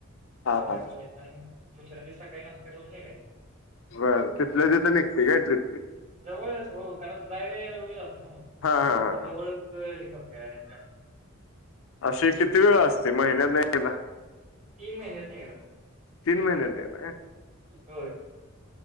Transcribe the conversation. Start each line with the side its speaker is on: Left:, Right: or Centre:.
Left: हा
Right: जेवाय
Left: हा
Right: बी व्हायचं आणि दुसऱ्या दिवशी सकाळी नाश्ता करून निघायचं.
Left: बर तिथल्या तिथं निघते काय ट्रीप ती?
Right: जवळच हो. कारण जायला यायला वेळ लागतो ना मग.
Left: हा
Right: त्यामुळे
Left: हा हा
Right: मग जवळच
Left: हा
Right: हे करत हर का.
Left: अशी किती वेळ असते महिन्यात न एकदा?
Right: तीन महिन्यात न एकदा.
Left: तीन महिन्या तन एकदा काय?
Right: हो.